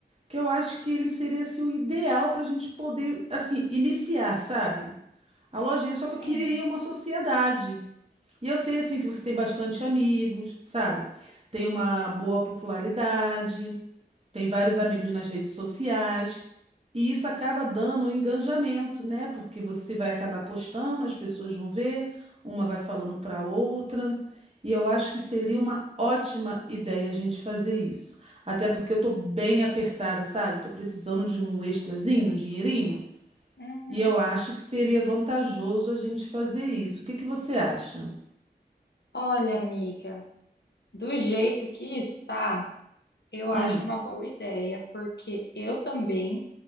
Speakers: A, on the right; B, on the left.
A: que eu acho que ele seria assim, o ideal para a gente poder, assim, iniciar, sabe? A lojinha, só que eu
B: Sim.
A: queria uma sociedade. E eu sei assim que você tem bastante amigos, sabe? Tem uma boa popularidade, tem vários amigos nas redes sociais, e isso acaba dando um engajamento, né? Porque você vai acabar postando, as pessoas vão ver, uma vai falando para outra. E eu acho que seria uma ótima ideia a gente fazer isso. Até porque eu tô bem apertada, sabe? Eu tô precisando de um extrazinho, um dinheirinho,
B: Uhum.
A: e eu acho que seria vantajoso a gente fazer isso. O que que você acha?
B: Olha, amiga. Do jeito que está, eu
A: Hum.
B: acho uma boa ideia, porque eu também